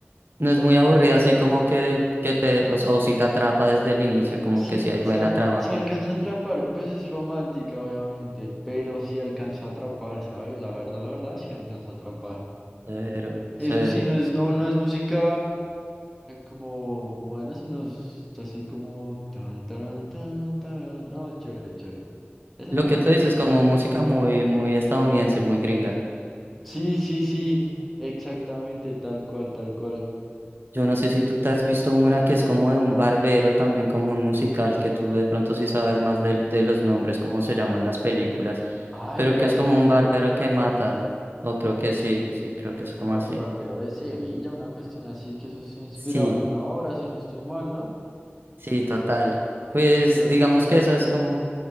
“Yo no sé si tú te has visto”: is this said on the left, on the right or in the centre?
Right